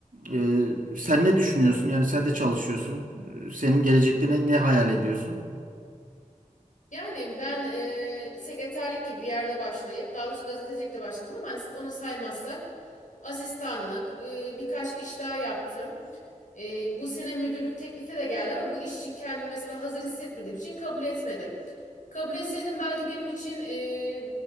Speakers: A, on the right (about 80°); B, on the left (about 70°).
A: ee, sen ne düşünüyorsun? Yani sen de çalışıyorsun. Ee, Senin gelecekte ne, ne hayal ediyorsun?
B: Yani ben e, sekreterlik gibi bir yerde başlayıp daha doğrusu gazetecilikte başladım ama hani onu saymazsak asistanlık e, birkaç iş daha yaptım. E, bu sene müdürlük teklifi de geldi ama bu iş için kendimi mesela hazır hissetmediğim için kabul etmedim. Kabul etseydim belki benim için e,